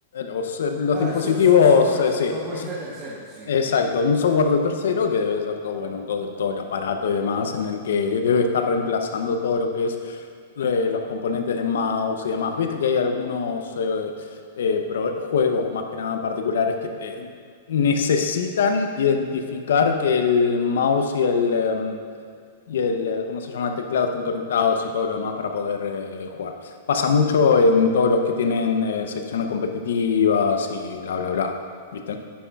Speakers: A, on the left; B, on the right.
A: los, em, los
B: ah,
A: dispositivos,
B: so- so- softwares,
A: eh, sí,
B: softwares
A: s-
B: de terceros, sí.
A: exacto, un software de tercero que debe ser todo, bueno, todo, el- todo el aparato y demás en el que debe estar reemplazando todo lo que es eh, los componentes de mouse y demás. Viste que hay algunos eh, eh, pro- juegos más que nada particulares que te- necesitan identificar que el mouse y el, em, y el, eh, ¿cómo se llama? El teclado estén conectados y todo lo demás para poder eh, jugar. Pasa mucho en todos los que tienen eh, secciones competitivas y bla, bla, bla. ¿Viste?